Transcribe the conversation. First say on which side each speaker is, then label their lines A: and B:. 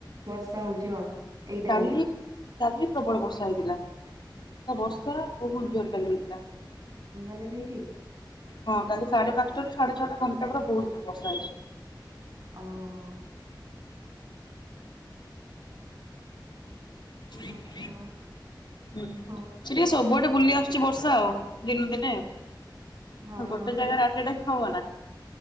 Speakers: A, on the right; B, on the left.
A: ବର୍ଷା ହଉଛି ହଁ। ଏଇ ଟାଇମ
B: କାଲି
A: ରେ
B: କାଲି ପ୍ରବଳ ବର୍ଷା ହେଇଥିଲା ତ ବର୍ଷା ବହୁତ ଜୋର କାଲି ହେଇଥିଲା।
A: ମାନେ ସେଇଠି?
B: ହଁ କାଲି ସାଢେ ପାଞ୍ଚଟାୁ ସାଢେ ଛଟା ଘଣ୍ଟା ପୁରା ବହୁତ ଜୋର୍ ବର୍ଷା ହେଇଛି।
A: ଓହୋ।
B: ହୁଁ ସେ
A: ବର୍ଷା ହଁ
B: ଟିକେ ସବୁଆଡେ ବୁଲି ଆସୁଛି ବର୍ଷା ଆଉ ଦିନେ ଦିନେ ଆଉ
A: ହଁ
B: ଗୋଟେ ଜାଗାରେ ଜାଗାରେ ଟାଇମ୍ ହବ ନା